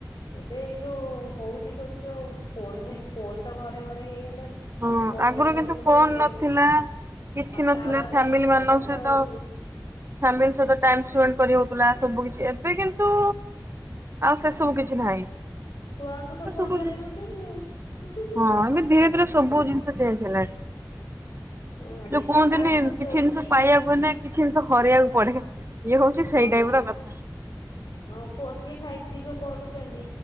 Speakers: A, on the left; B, on the right.
A: ଏବେ ଯୋଉ ହଉଚି ସବୁ ଯୋଉ ଫୋନରେ ଫୋନତ ଘରେ ଘରେ ହେଇଗଲାଣି।
B: ହଁ
A: ଫୋନ
B: ଆଗରୁ
A: ପାଇଁକା
B: କିନ୍ତୁ
A: ସବୁ
B: ଫୋନ
A: ଯୋଉ ଇଲେ
B: ନଥିଲା। କିଛି ନଥିଲା
A: ଟାୱାର
B: ଫ୍ୟାମିଲି
A: ହେରିକା ଯୋଉ
B: ମାନଙ୍କ
A: ବସା
B: ସହିତ
A: ହଉଛି।
B: ଫାମିଲି ସହିତ ଟାଇମସ୍ପେଣ୍ଡ କରି ହଉଥିଲା ସବୁ କିଛି ଏବେ କିନ୍ତୁ ଆଉ ସେ ସବୁ କିଛି ନାହିଁ।
A: ଛୁଆଙ୍କୁତ ଫୋନ
B: ସବୁ
A: ଧରେଇ
B: ଜିନିଷ
A: ଦଉଛନ୍ତି ଆଉ ହୁଁ ହୁଁ
B: ହଁ
A: ହୁଁ।
B: ଏବେ ଧୀରେ ଧୀରେ ସବୁ ଜିନିଷ ଚେଞ୍ଜ ହେଲାଣି
A: ହଁ ଯେତେ
B: ଯଉ କୁହନ୍ତିନି
A: ଫାଷ୍ଟ ଫୋର
B: କିଛି ଜିନିଷ
A: ଜି
B: ପାଇବାକୁନି ହେନେ କିଛି ଜମିଷ ହରେଇବାକୁ ପଡେ ଇଏ ହଉଛି
A: ହଁ
B: ସେଇ ଟାଇପ ର କଥା।
A: ହଁ ଫୋର ଜି ଫାଇଭ୍ ଜି ଯୋଉ କରୁଛନ୍ତି